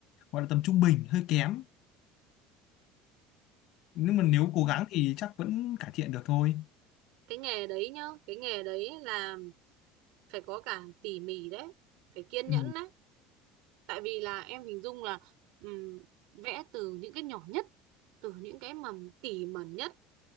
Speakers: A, on the left (about 60°); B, on the right (about 70°).
A: gọi là tầm trung bình hơi kém nhưng
B: ừ
A: mà nếu cố gắng thì chắc vẫn cải thiện được thôi
B: cái nghề đấy nhá cái nghề đấy là phải có cả tỉ mỉ đấy phải kiên
A: ừ,
B: nhẫn đấy tại vì là em hình dung là ừm, vẽ từ những cái nhỏ nhất từ những cái mà tỉ mẩn nhất